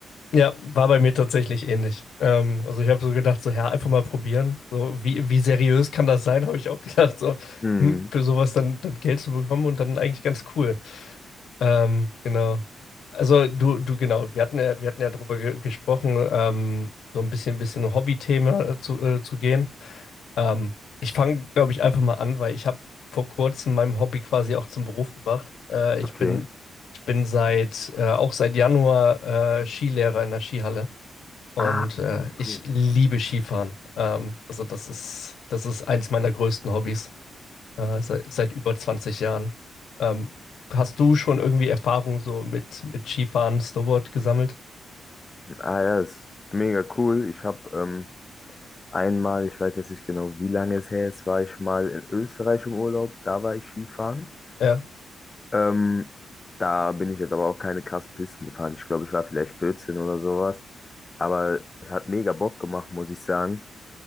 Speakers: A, on the left (about 75°); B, on the left (about 25°).
A: Ja, war bei mir tatsächlich ähnlich. Ähm, also ich habe so gedacht, so ja, einfach mal probieren. So, wie, wie seriös kann das sein, <laughs> habe ich auch gedacht, so
B: Hm,
A: hm, für sowas dann, dann Geld zu bekommen und dann eigentlich ganz cool. Ähm, genau. Also du, du, genau, wir hatten ja, wir hatten ja darüber ge gesprochen, ähm, so ein bisschen, bisschen Hobby-Thema zu, äh, zu gehen. Ähm, ich fange, glaube ich, einfach mal an, weil ich habe vor kurzem mein Hobby quasi auch zum Beruf gemacht. Äh, ich
B: okay.
A: bin, ich bin seit, äh, auch seit Januar äh, Skilehrer in der Skihalle. Und
B: Ah, okay,
A: äh, ich
B: cool.
A: liebe Skifahren. Ähm, also das ist, das ist eines meiner größten Hobbys äh, seit, seit über 20 Jahren. Ähm, hast du schon irgendwie Erfahrung so mit, mit Skifahren, Snowboard gesammelt?
B: Ah ja, ist mega cool. Ich habe ähm, einmal, ich weiß jetzt nicht genau, wie lange es her ist, war ich mal in Österreich im Urlaub, da war ich Skifahren.
A: Ja,
B: Ähm, da bin ich jetzt aber auch keine krassen Pisten gefahren. Ich glaube, ich war vielleicht 14 oder sowas. Aber es hat mega Bock gemacht, muss ich sagen.